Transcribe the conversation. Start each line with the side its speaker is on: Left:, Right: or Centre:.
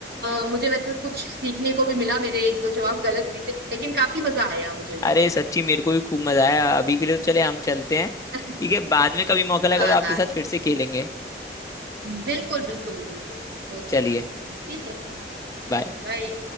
Right: अ, मुझे वैसे कुछ सीखने को भी मिला मेरे एक दो जवाब गलत भी थे लेकिन काफी मजा आया मुझे
Left: अरे सच्ची मेरे को भी खूब मजा आया अभी के लिए तो चले हम चलते हैं
Right: <laughs>
Left: ठीक है बाद में कभी मौका लगा
Right: हाँ
Left: तो आपके
Right: हाँ
Left: साथ फिर से खेलेंगे
Right: बिल्कुल बिल्कुल बिल्कुल हो सकता
Left: चलिए
Right: ठीक है
Left: बाय
Right: बाय